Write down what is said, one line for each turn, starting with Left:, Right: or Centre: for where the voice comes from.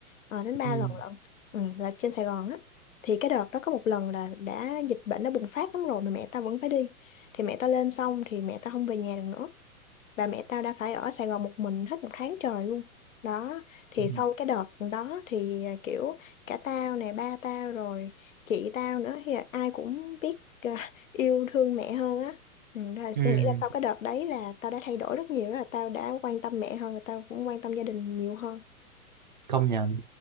Left: ờ, đến ba
Right: ừ
Left: lần lận ừ, là trên Sài Gòn á thì cái đợt đó có một lần là đã dịch bệnh đã bùng phát lắm rồi mà mẹ tao vẫn phải đi thì mẹ tao lên xong thì mẹ tao không về nhà được nữa bà mẹ tao đã phải ở Sài Gòn một mình hết một tháng trời luôn đó thì
Right: ừ
Left: sau cái đợt đó thì à, kiểu cả tao nè ba tao rồi chị tao nữa thì ai cũng biết ờ, <laughs> yêu thương mẹ hơn á ừ, đó là
Right: ừ
Left: tôi nghĩ là sau cái đợt đấy là tao đã thay đổi rất nhiều đó là tao đã quan tâm mẹ hơn tao cũng quan tâm gia đình nhiều hơn
Right: công nhận